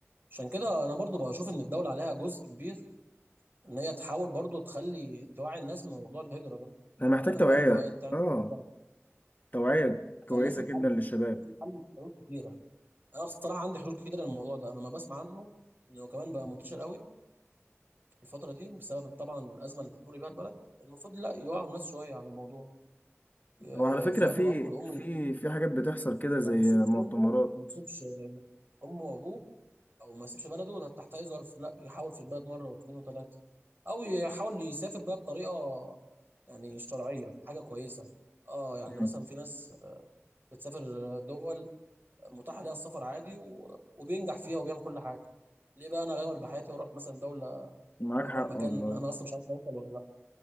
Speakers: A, on the right (about 45°); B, on the left (about 35°).
A: عشان كده انا برضو بشوف ان الدوله عليها جزء كبير ان هي تحاول برضو تخلي توعي الناس من موضوع الهجره ده
B: انا محتاج
A: تعمل
B: توعيه
A: بقى ندوات تعمل
B: اه
A: حاجه
B: توعيه كويسه
A: فلازم
B: جدا
A: حل
B: للشباب
A: لازم حل حلول كتيره انا بصراحه عندي حلول كتيره للموضوع ده انا ما بسمع عنه انه كمان بقى منتشر قوي الفتره دي بسبب طبعا الازمه اللي بتمر بيها البلد المفروض لا يوعوا الناس شويه على الموضوع آه،
B: هو على فكرة
A: فاهم
B: في
A: الاب والام
B: في في حاجات بتحصل كده
A: ما
B: زي
A: يسيبش
B: مؤتمرات
A: امه ما يسيبش امه وابوه او ما يسيبش بلده ده تحت اي ظرف لا يحاول في البلد مره واثنين وثلاثه او يحاول يسافر بقى بطريقه يعني شرعيه حاجه كويسه اه يعني
B: مم.
A: مثلا في ناس بتسافر دول متاح لها السفر عادي و... وبينجح فيها وبيعمل كل حاجه ليه بقى انا غامر بحياتي واروح مثلا دوله
B: معاك
A: او
B: حق
A: اروح مكان
B: والله
A: انا اصلا مش عارف اوصل ولا لا